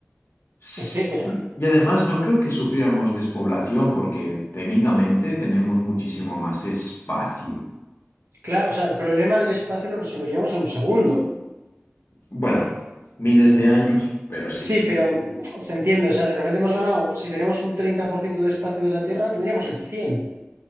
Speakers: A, on the left; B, on the right.
A: Sí.
B: etcétera.
A: Y además no creo que sufriéramos despoblación porque técnicamente tenemos muchísimo más espacio.
B: Claro, o sea, el problema del espacio lo resolveríamos en un segundo.
A: Bueno, miles de años, pero sí.
B: Sí, pero mm, se entiende, o sea, de repente hemos ganado, si tenemos un 30% de espacio de la Tierra, tendríamos el 100.